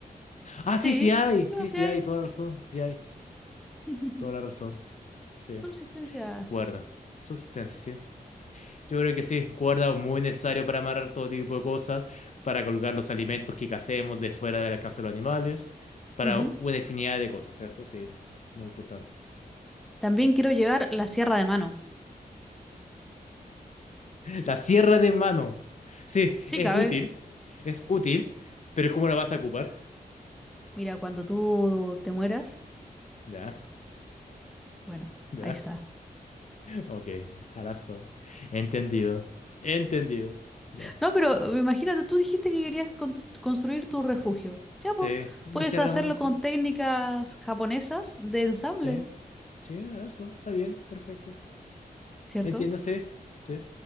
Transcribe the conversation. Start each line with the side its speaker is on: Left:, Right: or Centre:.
Left: Ah,
Centre: Sí,
Left: sí, sí hay.
Centre: ¿qué
Left: Sí,
Centre: vas
Left: sí
Centre: a
Left: hay. Toda la razón. Sí hay.
Centre: <laughs>
Left: Toda la razón. Sí.
Centre: Subsistencia.
Left: Cuerda. Substancia, sí. Yo creo que sí. Cuerda muy necesario para amarrar todo tipo de cosas, para colgar los alimentos que cacemos de fuera del alcance de los animales, para
Centre: Ujú.
Left: una infinidad de cosas, ¿cierto? Sí. Muy importante.
Centre: También quiero llevar la sierra de mano.
Left: La sierra de mano. Sí,
Centre: Sí,
Left: es
Centre: cabe.
Left: útil. Es útil. Pero ¿cómo la vas a ocupar?
Centre: Mira, cuando tú te mueras,
Left: Ya,
Centre: bueno,
Left: ya.
Centre: ahí está.
Left: Ok, harazo. Entendido. Entendido. Ya.
Centre: No, pero eh, imagínate, tú dijiste que querías cons- construir tu refugio. Ya,
Left: Sí,
Centre: pues,
Left: una
Centre: puedes
Left: sierra
Centre: hacerlo
Left: de mano, sí.
Centre: con técnicas japonesas de ensamble,
Left: Sí, sí, harazo. Está bien, perfecto.
Centre: ¿cierto?
Left: Entiendo, sí. Sí.